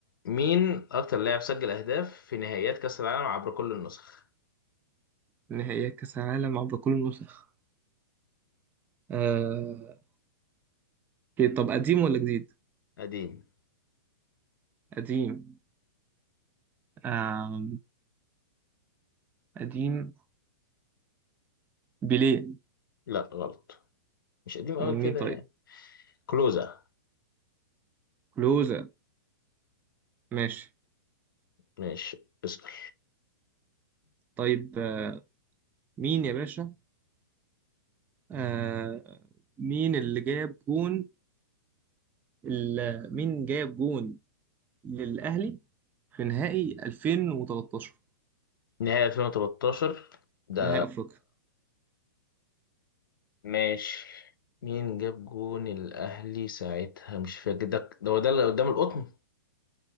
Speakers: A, on the left; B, on the right.
A: مين اكتر لاعب سجل اهداف في نهائيات كاس العالم عبر كل النسخ
B: نهائيات كأس العالم عبر كل النسخ آه... إيه، طب قديم ولا جديد
A: قديم
B: قديم آه... قديم بيليه
A: لا غلط مش قديم قوي
B: امال
A: كده
B: مين طيب
A: يعني كلوزا
B: كلوزا ماشي
A: ماشي اسأل
B: طيب آه، مين يا باشا آه... مين اللي جاب جون ال... مين جاب جون للأهلي في نهائي 2013
A: نهائي 2013 ده
B: نهائي أفريقيا
A: ماشي مين جاب جون الأهلي ساعتها مش فاكر ده ده هو ده اللي قدام القطن